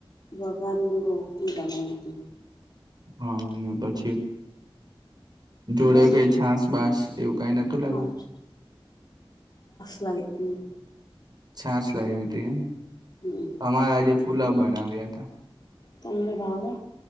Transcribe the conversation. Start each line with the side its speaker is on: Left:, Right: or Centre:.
Left: વઘારલી રોટી બનાવતી.
Right: હા અને પછી? જોડે
Left: બસ
Right: કઈ છાંસ બાસ એવું કઈ નતું લાગ્યું?
Left: હા લાઈ તી.
Right: છાસ લાવવી હતી એમ.
Left: હમ
Right: અમારા આજે પુલાવ બનાવ્યા હતા.
Left: તમને ભાવે?